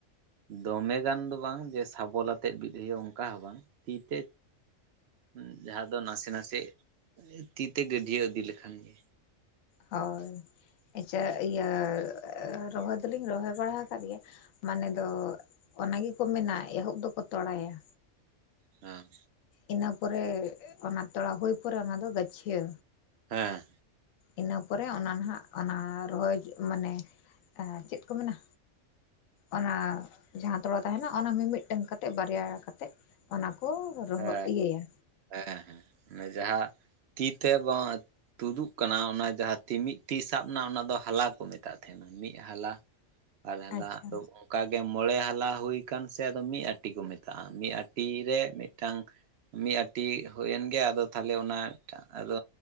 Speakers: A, on the right; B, on the left.
A: ᱫᱚᱢᱮ ᱜᱟᱱ ᱫᱚ ᱵᱟᱝ ᱡᱮ ᱥᱟᱵᱚᱞ ᱟᱛᱮᱫ ᱵᱤᱫ ᱫᱤᱭᱮ ᱚᱱᱠᱟ ᱦᱚᱸ ᱵᱟᱝ ᱛᱤ ᱛᱮ ᱦᱩᱸ ᱡᱟᱦᱟᱸ ᱫᱚ ᱱᱟᱥᱮ ᱱᱟᱥᱮ ᱛᱤᱛᱮ ᱜᱟᱹᱰᱭᱟᱹ ᱤᱫᱤ ᱞᱮᱠᱷᱟᱱ ᱜᱮ
B: ᱦᱳᱭ ᱟᱪᱪᱷᱟ ᱤᱭᱟᱹ ᱨᱚᱦᱚᱭ ᱫᱚᱞᱤᱧ ᱨᱚᱦᱚᱭ ᱵᱟᱲᱟ ᱟᱠᱟᱫ ᱜᱮᱭᱟ ᱢᱟᱱᱮ ᱫᱚ ᱚᱱᱟ ᱜᱮᱠᱚ ᱢᱮᱱᱟ ᱮᱦᱚᱵ ᱫᱚᱠᱚ ᱛᱚᱲᱟᱭᱟ᱾
A: ᱦᱮᱸ᱾
B: ᱤᱱᱟᱹ ᱯᱚᱨᱮ ᱚᱱᱟ ᱛᱚᱲᱟ ᱦᱩᱭ ᱯᱚᱨᱮ ᱚᱱᱟ ᱫᱚ ᱜᱟᱹᱪᱷᱭᱟᱹ
A: ᱦᱮᱸ
B: ᱤᱱᱟᱹ ᱯᱚᱨᱮ ᱚᱱᱟ ᱱᱟᱦᱟᱜ ᱚᱱᱟ ᱨᱚᱦᱚᱭ ᱢᱟᱱᱮ ᱪᱮᱫ ᱠᱚ ᱢᱮᱱᱟ ᱚᱱᱟ ᱡᱟᱦᱟᱸ ᱛᱚᱲᱟ ᱛᱟᱦᱮᱱᱟ ᱚᱱᱟ ᱢᱤᱫ-ᱢᱤᱫᱴᱟᱝ ᱠᱟᱛᱮᱫ ᱵᱟᱨᱭᱟ ᱠᱟᱛᱮᱫ ᱚᱱᱟᱠᱚ ᱨᱚᱦᱚᱜ
A: ᱦᱮᱸ
B: ᱤᱭᱟᱹᱭᱟ
A: ᱦᱮᱸ ᱦᱮᱸ ᱢᱟᱱᱮ ᱡᱟᱦᱟᱸ ᱛᱤ ᱛᱮ ᱵᱟᱝ ᱛᱩᱫᱩᱜ ᱠᱟᱱᱟ ᱚᱱᱟ ᱡᱟᱦᱟᱸ ᱛᱤ ᱢᱤᱫ ᱴᱤᱡ ᱥᱟᱵ ᱮᱱᱟ ᱚᱱᱟ ᱫᱚ ᱦᱟᱞᱟ ᱠᱚ ᱢᱮᱛᱟᱜ ᱛᱟᱦᱮᱸᱫ ᱢᱤᱫ ᱦᱟᱞᱟ ᱵᱟᱨ ᱦᱟᱞᱟ
B: ᱟᱪᱪᱷᱟ
A: ᱚᱱᱠᱟᱜᱮ ᱢᱚᱬᱮ ᱦᱟᱞᱟ ᱦᱩᱭ ᱟᱠ ᱥᱮ ᱟᱫᱚ ᱢᱤᱫ ᱟᱴᱤ ᱠᱚ ᱢᱮᱛᱟᱜᱼᱟ, ᱢᱤᱫ ᱟᱴᱤ ᱨᱮ ᱢᱤᱫᱴᱟᱝ ᱢᱤᱫ ᱟᱸᱴᱤ ᱦᱩᱭᱮᱱ ᱜᱮ ᱟᱫᱚ ᱛᱟᱦᱚᱞᱮ ᱚᱱᱟ ᱢᱤᱫᱴᱟᱝ ᱟᱫᱚ